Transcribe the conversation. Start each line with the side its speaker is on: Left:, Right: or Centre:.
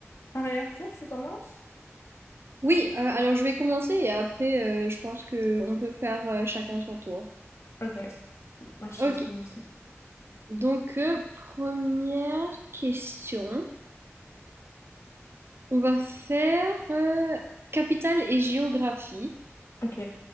Left: arrière-tour? Tu commences?
Right: Oui, euh, alors je vais commencer et après, euh, je pense que on peut faire euh, chacun son tour.
Left: Ok, ma chaise
Right: Ok.
Left: commencer.
Right: Donc, euh, première question. On va faire euh, capitale et géographie.
Left: Ok.